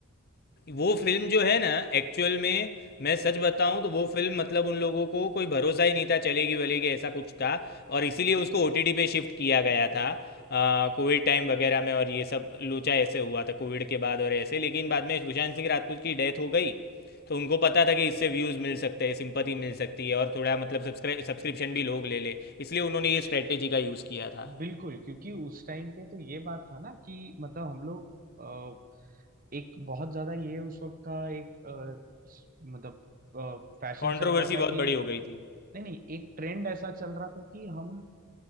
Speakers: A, on the left; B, on the right.
A: वो फिल्म जो है ना एक्चुअल में मैं सच बताऊं तो वो फिल्म मतलब उन लोगों को कोई भरोसा ही नहीं था चलेगी वलेगी ऐसा कुछ था और इसीलिए उसको ओटीटी पे शिफ्ट किया गया था कोविड टाइम वगैरह में और ये सब लोचा ऐसे हुआ था कोविड के बाद और ऐसे लेकिन बाद में सुशांत सिंह राजपूत की डेथ हो गई तो उनको पता था कि इससे व्यूज़ मिल सकते हैं सिंपथी मिल सकती है और थोड़ा मतलब सब्सक्राइब सब्सक्रिप्शन भी लोग ले ले इसलिए उन्होंने ये स्ट्रेटेजी का यूज़ किया था
B: बिल्कुल क्योंकि उस टाइम पे तो ये बात था ना कि मतलब हम लोग एक बहुत ज्यादा ये उस वक्त का एक अ, स- मतलब फैशन
A: कंट्रोवर्सी
B: चल रहा था कि
A: बहुत बड़ी हो गई थी
B: नहीं नहीं एक ट्रेंड ऐसा चल रहा था कि हम